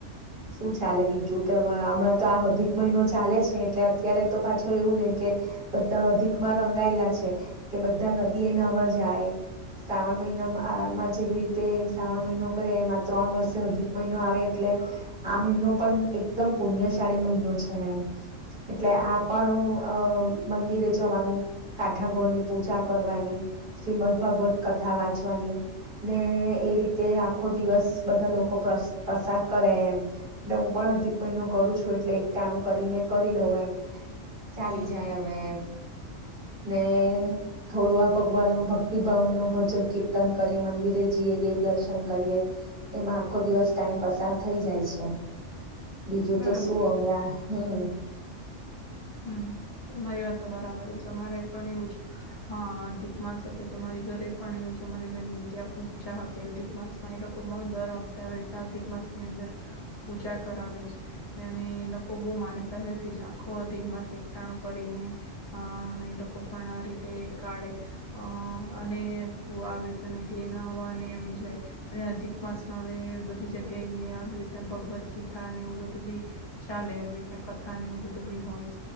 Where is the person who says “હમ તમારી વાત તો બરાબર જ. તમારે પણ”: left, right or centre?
Left